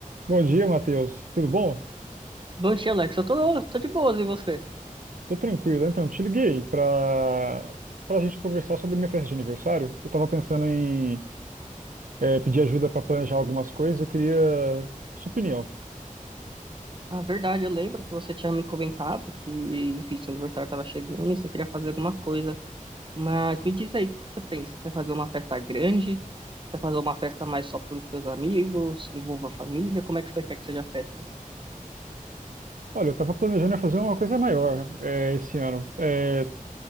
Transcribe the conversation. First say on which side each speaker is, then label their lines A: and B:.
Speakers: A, on the right (about 75°); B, on the right (about 35°).
A: Bom dia, Matheus. Tudo bom?
B: Bom dia, Alex. Eu tô, tô de boas, e você?
A: Tô tranquilo. Então, te liguei para para a gente conversar sobre minha festa de aniversário. Eu tava pensando em eh, pedir ajuda para planejar algumas coisas. Eu queria sua opinião.
B: Ah, verdade, eu lembro que você tinha me comentado que, enfim, seu aniversário estava chegando e você queria fazer alguma coisa. Mas me diz aí, o que você pensa? Quer fazer uma festa grande? Quer fazer uma festa mais só para os seus amigos? Se envolva a família? Como é que você quer que seja a festa?
A: Olha, eu tava planejando fazer uma coisa maior eh, esse ano. Eh,